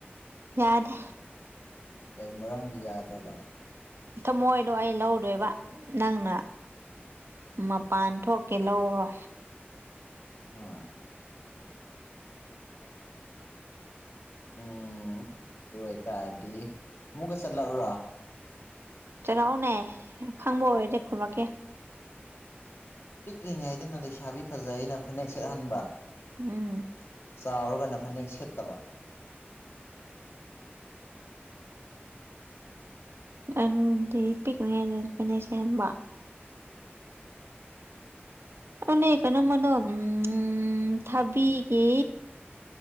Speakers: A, on the right; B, on the left.
A: ꯌꯥꯗ
B: ꯀꯩ ꯃꯔꯝꯒꯤ ꯌꯥꯗ꯭ꯔꯕ
A: ꯊꯃꯣꯏꯗꯣ ꯑꯩ ꯂꯧꯗꯣꯏꯕꯥ ꯅꯪꯅ ꯃꯄꯥꯟ ꯊꯣꯛꯀꯦ ꯂꯧꯔꯣ
B: ꯑ ꯎꯝ ꯑꯗꯨ ꯑꯣꯏꯇꯥꯔꯗꯤ ꯑꯃꯨꯛꯀ ꯆꯠꯂꯛꯎꯔꯣ
A: ꯆꯔꯥꯛꯑꯣꯅꯦ ꯈꯪꯕ ꯑꯣꯏꯔꯗꯤꯦ ꯈꯨꯝꯂꯛꯀꯦ
B: ꯄꯤꯛꯂꯤꯉꯩꯗꯅ ꯂꯩꯁꯥꯕꯤ ꯐꯖꯩ ꯑꯩꯅ ꯐꯅꯦꯛ ꯁꯦꯠꯍꯟꯕ
A: ꯎꯝ
B: ꯆꯥꯎꯔꯒꯅ ꯐꯅꯦꯛ ꯁꯦꯠꯇꯕ
A: ꯑꯗꯨꯗꯤ ꯄꯤꯛꯂꯤꯉꯥꯏꯗ ꯐꯣꯏꯅꯦꯛꯁꯍꯟꯕ ꯑꯗꯨꯅꯦ ꯀꯩꯅꯣꯃꯗꯣ ꯎꯝ ꯊꯥꯕꯤꯒꯦ